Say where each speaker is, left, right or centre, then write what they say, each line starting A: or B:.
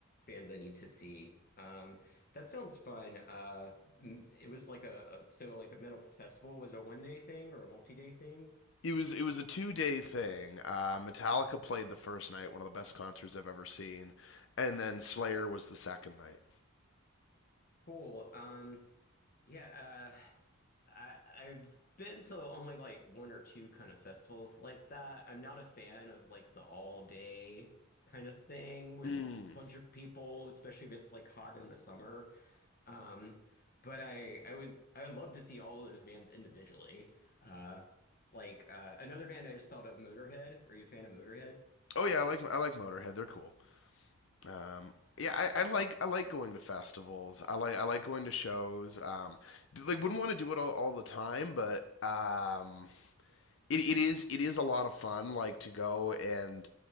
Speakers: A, on the left; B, on the left.
A: bands I need to see. Um, that sounds fun. Uh, m- it was like a, a so like a metal festival. Was it a one day thing or a multi day thing?
B: It was it was a two day thing. Uh, Metallica played the first night, one of the best concerts I've ever seen, and then Slayer was the second night.
A: Cool. Um, yeah. Uh, I I've been to only like one or two kind of festivals like that. I'm not a fan of like the all day kind of thing with
B: Mm.
A: a bunch of people, especially if it's like hot in the summer. Um, but I I would I would love to see all of those bands individually. Uh, like uh, another band I just thought of, Motorhead. Are you a fan of Motorhead?
B: Oh yeah, I like I like Motorhead. They're cool. Um, yeah, I, I like I like going to festivals. I like I like going to shows. Um, like wouldn't want to do it all, all the time, but um, it, it is it is a lot of fun. Like to go and